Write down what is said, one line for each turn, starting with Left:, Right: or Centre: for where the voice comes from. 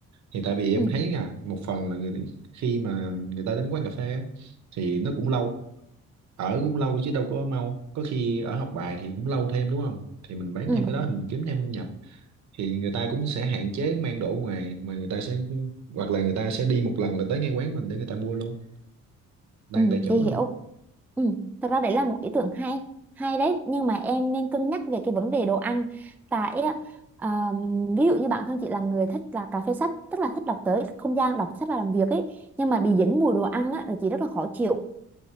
Right: thì tại vì em
Centre: ừ
Right: thấy à một phần là người khi mà người ta đến quán cà phê á, thì nó cũng lâu ở cũng lâu chứ đâu có mau có khi ở học bài thì cũng lâu thêm đúng không thì mình bán
Centre: ừ
Right: thêm cái đó mình kiếm thêm thu nhập thì người ta cũng sẽ hạn chế mang đồ ở ngoài mà người ta sẽ hoặc là người ta sẽ đi một lần là tới ngay quán mình để người ta mua luôn đang
Centre: ừ
Right: tại chỗ
Centre: chị hiểu
Right: luôn
Centre: ừ thật ra đấy là một ý tưởng hay hay đấy nhưng mà em nên cân nhắc về cái vấn đề đồ ăn tại á, à, ví dụ như bản thân chị là người thích là cà phê sách tức là thích đọc tới không gian đọc sách và làm việc ấy nhưng mà bị dính mùi đồ ăn á là chị rất là khó chịu